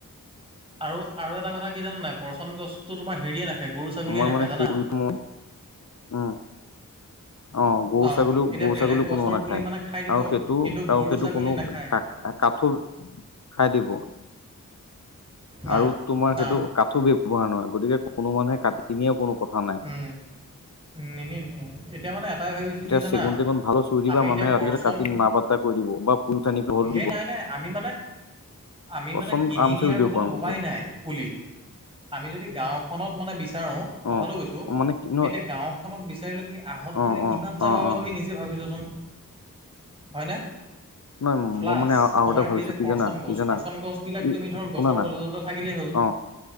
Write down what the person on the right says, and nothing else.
আৰু আৰু এটা কথা কি জানা নাই কৰচন গছতো তোমাৰ হেৰিয়ে নাখায় গৰু ছাগলীয়ে
নাখায়
জানা
অঁ
এতিয়া
বেলেগ
গছৰ
পুলি মানে খাই দিব
কিন্তু
গৰু
ছাগলী
নাখায়।
ন
ন
উ উ নিয় নিয় এতিয়া মানে এটাই ভাবিছো
কি জানা
আমি এতিয়া
কৰচন
সেই
নাই নে আমি মানে আমি
মানে কিনি
নিয়াৰ
কথাটো
ভবাই নাই পুলি আমি যদি গাঁওখনত মানে বিচাৰোঁ কথাটো
কৈছোঁ
এতিয়া গাঁওখনত বিচাৰিলে তুমি আহত
বুলি
কিমানটা
পাবা
তুমি নিজে ভাবিছচোন হয়নে
প্লাছ
তোমাৰ
এই যে
কৰচন
গছ
কৰচন গছ বিিলাক
তুমি ধৰ গছৰ
তলে ততে থাকিলেই হ'ল